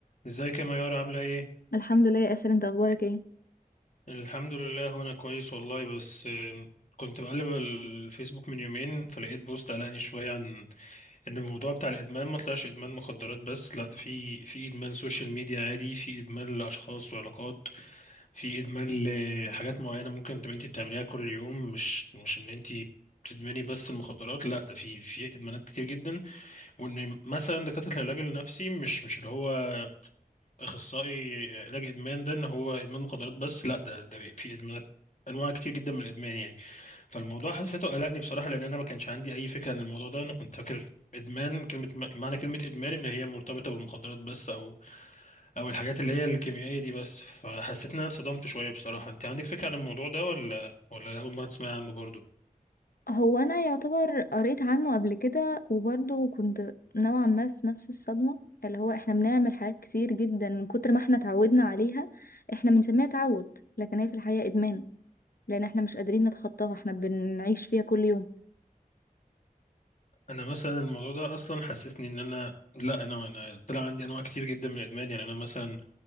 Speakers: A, on the left; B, on the left.
A: ازيك يا ميار عاملة ايه؟
B: الحمد لله يا اسر انت اخبارك ايه
A: الحمد لله وانا كويس والله بس آم، كنت بقلب الفيسبوك من يومين فلقيت بوست قلقني شوية عن ان الموضوع بتاع الادمان ما طلعش ادمان مخدرات بس لا ده في في ادمان سوشيال ميديا عادي في ادمان لاشخاص وعلاقات في ادمان لحاجات معينة ممكن تبقى انت بتعمليها كل يوم مش مش ان انت بتدمني بس المخدرات لا ده في في ادمانات كتير جدا وان مثلا دكاتره العلاج النفسي مش مش اللي هو اخصائي علاج ادمان ده ان هو ادمان مخدرات بس لا ده ده في ادمانات انواع كتير جدا من الادمان يعني فالموضوع حسيته قلقني بصراحه لان انا ما كانش عندي اي فكره عن الموضوع ده انا كنت فاكر ادمان كلمه معنى كلمه ادمان ان هي مرتبطه بالمخدرات بس او او الحاجات اللي هي الكيميائيه دي بس فحسيت ان انا اتصدمت شويه بصراحه انت عندك فكره عن الموضوع ده ولا ولا اول مره تسمع عنه برضو
B: هو انا يعتبر قريت عنه قبل كده وبرضه كنت نوعا ما في نفس الصدمة اللي هو احنا بنعمل حاجات كتير جدا من كتر ما احنا اتعودنا عليها احنا بنسميها تعود لكن هي في الحقيقة ادمان لان احنا مش قادرين نتخطاها احنا بنعيش فيها كل يوم
A: انا مثلا الموضوع ده اصلا حسسني ان انا لا انا انا طلع عندي انواع كتير جدا من الادمان يعني انا مثلا